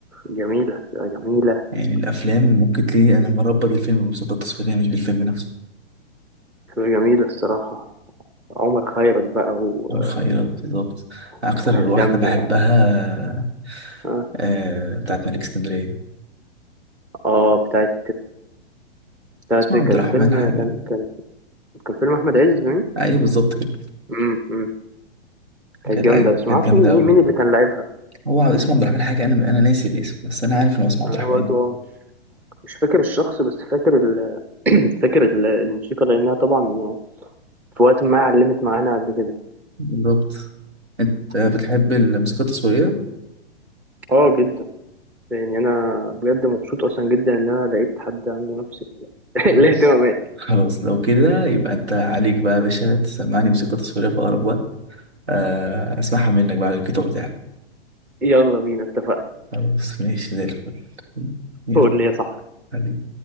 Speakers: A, in the centre; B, on the right.
A: جميلة جميلة
B: يعني الافلام ممكن تلاقي انا مربط الفيلم بالموسيقى التصويريه مش بالفيلم نفسه
A: جميلة الصراحة عمر خيرت بقى و-
B: الخيرات بالظبط اكتر
A: وهشام
B: واحده بحبها
A: آه,
B: آه... بتاعت ملك اسكندريه
A: آه بتاعت بتاعت
B: اسمها
A: كان
B: عبد الرحمن
A: فيلم
B: حاجه
A: كان كان كان فيلم أحمد عز
B: ايوه بالظبط كده
A: مم. مم. كانت
B: كانت
A: جامدة
B: أيوة،
A: بس
B: كانت
A: معرفش
B: جامده
A: مين
B: قوي
A: مين مين اللي كان لاعبها
B: هو اسمه عبد الرحمن حاجه انا انا ناسي الاسم بس انا عارف ان هو اسمه
A: أنا
B: عبد الرحمن
A: برضه مش فاكر الشخص بس فاكر ال... <clears throat> فاكر ال- الموسيقى لأنها طبعا في وقت ما علمت معانا قبل كده
B: بالظبط انت بتحب الموسيقى التصويريه
A: اه جدا يعني أنا بجد مبسوط أصلا جدا إن أنا لقيت حد عنده نفس ال- <laughs>
B: خلاص
A: الاهتمامات
B: خلاص لو كده يبقى انت عليك بقى يا باشا تسمعني موسيقى تصويريه في اقرب وقت آه، اسمعها منك بقى على الجيتار بتاعك
A: يلا بينا اتفقنا
B: خلاص ماشي زي الفل يلا
A: قول لي يا صاحبي
B: حبيبي